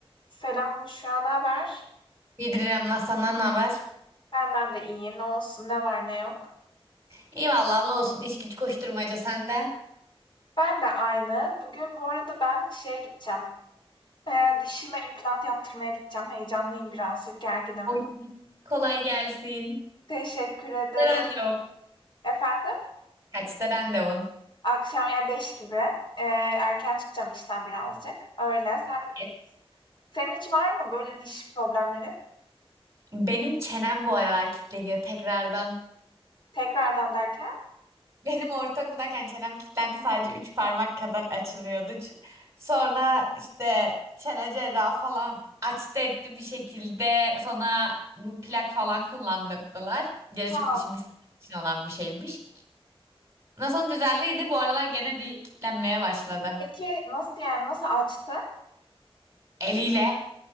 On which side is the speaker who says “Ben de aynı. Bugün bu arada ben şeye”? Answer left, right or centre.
Left